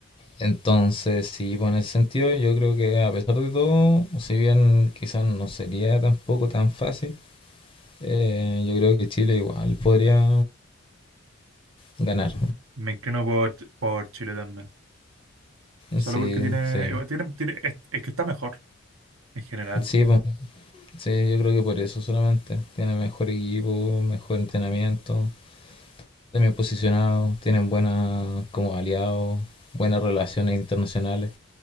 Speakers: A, on the left; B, on the right.
A: Entonces, sí, pues en ese sentido, yo creo que a pesar de todo, si bien quizás no sería tampoco tan fácil, eh, yo creo que Chile igual podría ganar.
B: Me inclino por, Ch- por Chile también. Solo
A: Sí,
B: porque tiene,
A: sí,
B: eh, tiene, tiene- es, es que está mejor en general.
A: sí, pues, sí, yo creo que por eso solamente. Tiene mejor equipo, mejor entrenamiento, están bien posicionados, tienen buenas como aliados, buenas relaciones internacionales